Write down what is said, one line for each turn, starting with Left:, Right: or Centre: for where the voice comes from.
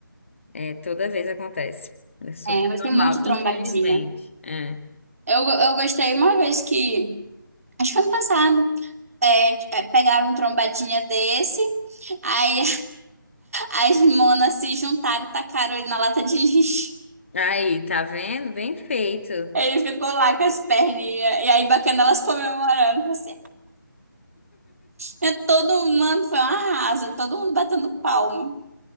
Left: É, toda vez acontece. É super
Right: É, mas
Left: normal,
Right: tem muito trombadinha.
Left: infelizmente. É.
Right: Eu, eu gostei uma vez que. Acho que foi ano passado. É, é, pegaram um trombadinha desse. Aí As monas se juntaram e tacaram ele na lata de lixo.
Left: Aí, tá vendo? Bem feito.
Right: Ele ficou lá com as perninhas. E aí, bacana, elas comemorando. Você. É, Todo mundo foi um arraso, todo mundo batendo palma.